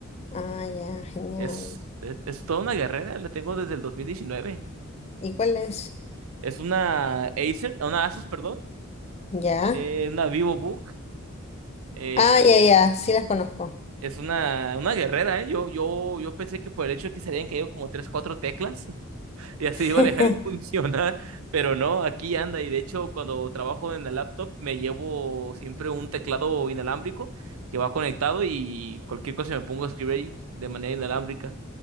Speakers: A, on the left (about 30°); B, on the right (about 85°).
A: Ah, ya, genial.
B: Es, es, es toda una guerrera, la tengo desde el dos mil diecinueve
A: ¿Y cuál es?
B: Es una Acer, una Asus, perdón
A: Ya.
B: Eh, una Vivo Book. eh,
A: Ah, ya, ya, sí las conozco.
B: es una, una guerrera, ¿eh? Yo, yo, yo pensé que por el hecho de que se habían caído como tres, cuatro teclas <laughs> y así
A: <laughs>
B: iba a dejar de funcionar, pero no, aquí anda. Y de hecho, cuando trabajo en la laptop, me llevo siempre un teclado inalámbrico que va conectado y cualquier cosa me pongo a escribir ahí de manera inalámbrica.